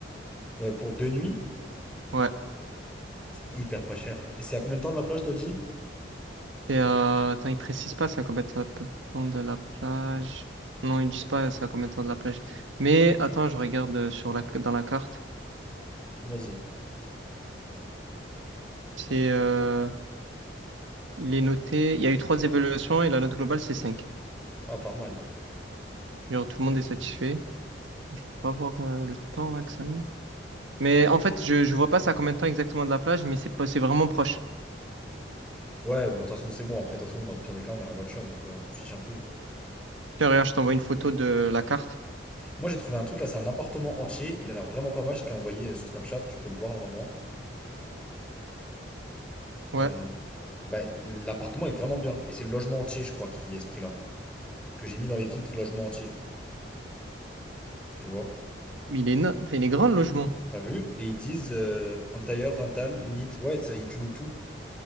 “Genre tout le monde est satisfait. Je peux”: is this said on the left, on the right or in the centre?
Right